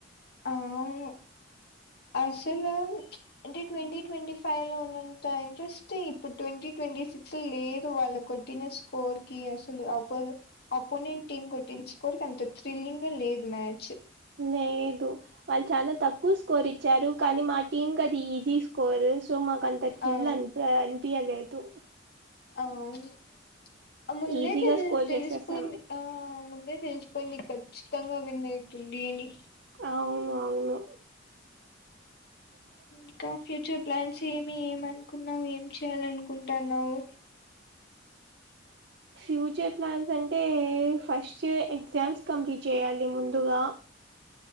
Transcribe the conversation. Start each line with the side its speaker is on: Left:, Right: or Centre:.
Left: అవును అసలు, చ్ అంటే ట్వంటీ ట్వంటీ ఫైయి లో ఉన్నంత ఇంట్రెస్ట్ ఇప్పుడు ట్వంటీ. ట్వంటీ సిక్స్ లేదు వాళ్ళ కొట్టిన స్కోర్ కి అసలు, అపొ అపోనెంట్ టీమ్ కొట్టి. ఎంచుకోరి అంత థ్రిల్లింగే లేదు మ్యాచ్.
Right: లేదు వాళ్ళు చాలా తక్కువ స్కోర్ ఇచ్చారు కానీ మా టీం అది ఈజీ స్క్. కోరసు మ కంత థ్రిల్
Left: ఆ
Right: అనిపి అ అనిపియలేదు.
Left: ఆమ్, అ ముందే
Right: ఈజీగా
Left: తెలి
Right: స్కోర్
Left: తెలిసిపోయింది,
Right: చేసేసాం
Left: ఆ ముందే. తెలిసిపోయింది ఖచ్చితంగా విన్నఅయితుంది అని.
Right: అవును అవునూ. నీ కాడా
Left: ఇంకా ఫ్యూచర్ ప్లాన్స్ ఏమి, ఏమ అనుకున్నావు, ఏం చేయాల అనుకుంటన్నావ్.
Right: ఫ్యూచర్ ప్లాన్స్ అంటే, ఫస్ట్ ఎగ్జామ్స్ కంప్లీట్ చేయాలి ముందుగా.